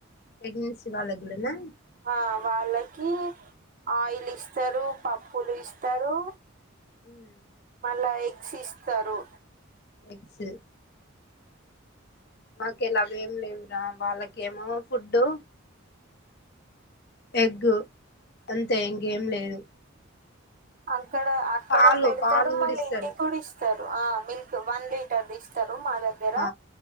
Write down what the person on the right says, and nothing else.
ఆ వాళ్ళకి ఆయిల్ ఇస్తారు పప్పులు ఇస్తారు
మళ్ళా ఎగ్స్ ఇస్తారు
అన్ <unintelligible> క్కడ అక్కడ
పెడతాడు
మళ్ళీ
ఇంటికి కూడా ఇస్ స్తారు ఆ మిల్క్ వన్ లీటర్ దిస్తారు మా దగ్గర